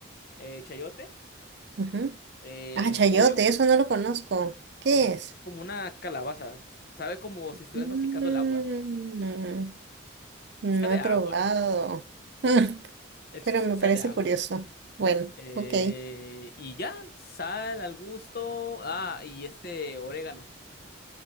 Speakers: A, on the left; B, on the right.
A: eh, chayote,
B: ujú.
A: eh,
B: Ah,
A: el
B: chayote,
A: pollo.
B: eso no lo conozco. ¿Qué
A: Es,
B: es?
A: es como una calabaza. Sabe como si estuvieras
B: Mm,
A: masticando el agua.
B: no
A: Sabe
B: he probado.
A: a agua.
B: <laughs> Mm,
A: El chiste
B: pero
A: es
B: me
A: que sabe
B: parece
A: a agua.
B: curioso. Bueno,
A: Eh,
B: ok.
A: y ya, sal al gusto. Ah, y este orégano.